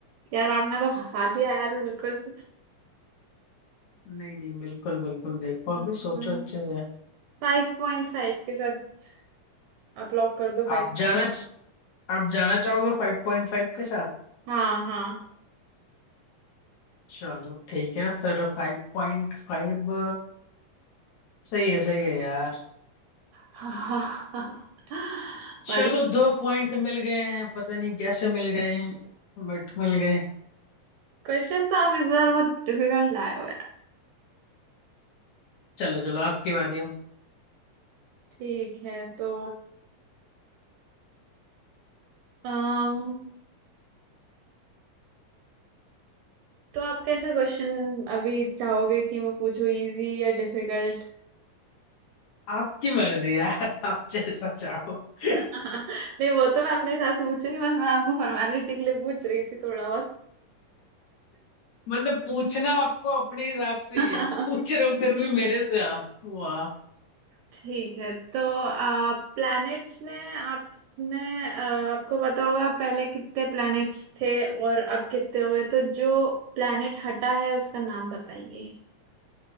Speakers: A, on the right; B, on the left.
A: यार आपने तो फंसा दिया यार बिल्कुल
B: <laughs> नहीं नहीं बिल्कुल बिल्कुल देखो
A: <laughs>
B: अभी सोचो अच्छे से
A: फाइव पॉइंट फाइव के साथ आप लॉक कर दो फाइव
B: आप जाना आप जाना चाहोगे फाइव पॉइंट फाइव के साथ
A: हाँ हाँ
B: चलो ठीक है फिर फाइव पॉइंट फाइव सही है सही है यार
A: <laughs> पर
B: चलो दो पॉइंट मिल गए हैं पता नहीं कैसे मिल गए हैं बट मिल गए
A: क्वेश्चन तो आप इस बार बहुत डिफिकल्ट लाए हो यार
B: चलो चलो आपकी बारी है
A: ठीक है तो अम तो आप कैसा क्वेश्चन अभी चाहोगे कि मैं पूछूं इजी या डिफिकल्ट
B: आपकी मर्जी यार <laughs> आप जैसा चाहो <laughs>
A: <laughs> नहीं वो तो मैं अपने हिसाब से पूछूंगी बस मैं आपको फॉर्मेलिटी के लिए पूछ रही थी थोड़ा
B: मतलब पूछना आपको अपने हिसाब से
A: बहुत
B: ही है पूछ
A: <laughs>
B: रहे हो फिर भी मेरे से आप वाह
A: ठीक है तो आ, प्लैनेट्स में आपने आ, आपको पता होगा पहले कितने प्लैनेट्स थे और अब कितने हो गए तो जो प्लैनेट हटा है उसका नाम बताइए